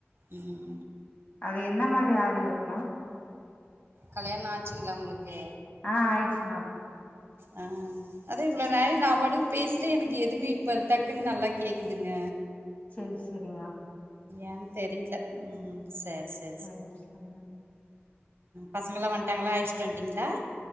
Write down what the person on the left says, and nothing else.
அது என்ன மாரி ஆரி ஒர்க்மா
ஆ ஆயிடுச்மா
செரி செரிம்மா
சேரி சரிங்க